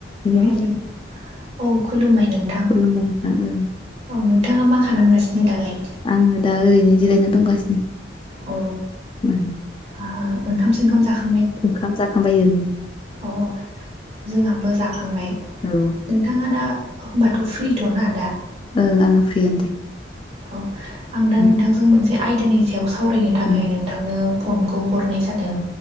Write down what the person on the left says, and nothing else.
Hello
खुलुमबाय नोंथां ओं
आङो दा ओरैनो जिरायनानै दंगासिनो
मोन
ओंखाम जाखांबा <unintelligible> यो
औ
ओं आङो फ्रिी <unintelligible> य दे
ओं
उम।